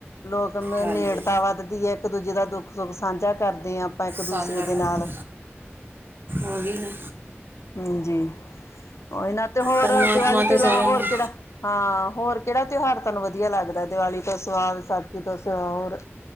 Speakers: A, on the left; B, on the right.
A: ਲੋਕ ਨੇੜਤਾ
B: ਹਾਂਜੀ
A: ਵੱਧਦੀ ਹੈ, ਇੱਕ ਦੂਜੇ ਦਾ ਦੁੱਖ ਸੁੱਖ ਸਾਂਝਾ ਕਰਦੇ ਹਾਂ ਆਪਾਂ ਇੱਕ ਦੂਸਰੇ
B: ਸਾਂਝਾ
A: ਦੇ
B: ਕਰਦੇ
A: ਨਾਲ
B: ਉਹੀ ਨਾ
A: ਹਮ ਜੀ, ਉਹੀ ਨਾਂ ਤੇ ਹੋਰ
B: ਪਰਮਾਤਮਾ
A: ਦੀਵਾਲੀ ਤੋਂ
B: ਤੇ
A: ਇਲਾਵਾ
B: ਸਾਰਿਆਂ
A: ਹੋਰ
B: ਨੂੰ
A: ਕਿਹੜਾ ਹਾਂ ਹੋਰ ਕਿਹੜਾ ਤਿਉਹਾਰ ਤੁਹਾਨੂੰ ਵਧੀਆ ਲੱਗਦਾ, ਦੀਵਾਲੀ ਤੋਂ ਸਿਵਾ, ਵਿਸਾਖੀ ਤੋਂ ਸਿਵਾ ਹੋਰ